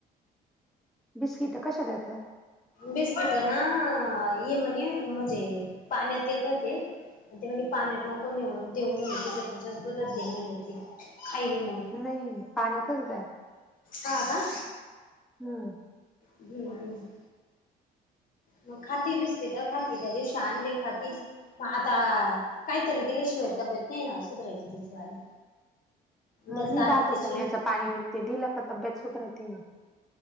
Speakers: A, in the centre; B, on the left (about 55°).
A: बिस्किटं कशे देते?
B: बिस्कीटं ना, इ म्हणे म्हणजे पाण्यात देत होते. ते म्हणे पाण्यात नको नेऊ देऊ म्हणे तुझ्याच दुधात दे म्हणे खाईल मग.
A: नाही. पाण्यातच द्या.
B: हा का?
A: हम्
B: हम्म हम्. मग खाती बिस्किटं खाती, त्या दिवशी आणले खाती म आता, काहीतरी दिल्याशिवाय तब्येत नाही ना सुधरायची तिचीवाली जसं
A: आणि
B: दातं
A: भातच
B: तिची
A: आणि याचं पाणी ते दिलं का तब्येत सुधरते ना.